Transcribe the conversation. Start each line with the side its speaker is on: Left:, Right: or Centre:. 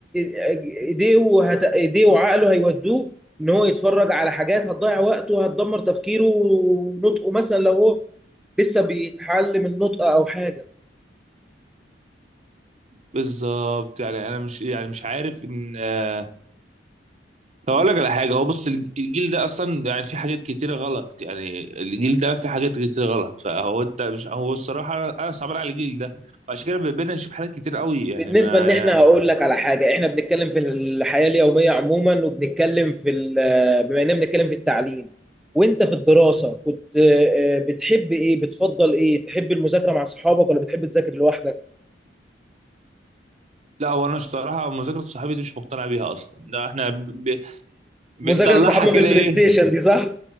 Centre: ايديه وهت... ايديه وعقله هيودوه ان هو يتفرج على حاجات هتضيع وقته وهتدمر تفكيره ونطقه مثلا لو هو لسه بيتعلم النطق او حاجه
Right: بالظبط يعني انا مش يعني مش عارف ان آه، طب اقول لك على حاجه هو بص الج- الجيل ده اصلا يعني في حاجات كتيره غلط يعني الجيل ده في حاجات كتيره غلط فهو انت مش هو الصراحه انا انا صعبان على الجيل ده وعشان كده بقينا نشوف حاجات كتير قوي يعني
Centre: بالنسبة
Right: ما
Centre: ان احنا هقول لك على حاجة احنا بنتكلم في الحياة اليومية عموما وبنتكلم في ال- بما اننا بنتكلم في التعليم وانت في الدراسة كنت آه، بتحب ايه بتفضل ايه تحب المذاكرة مع صحابك ولا بتحب تذاكر لوحدك
Right: لا هو انا الصراحه مذاكره صحابي دي مش مقتنع بيها اصلا ده احنا ب... بنطلعها
Centre: مذاكرة صحابنا
Right: كده
Centre: في البلاي
Right: ايه
Centre: ستيشن دي صح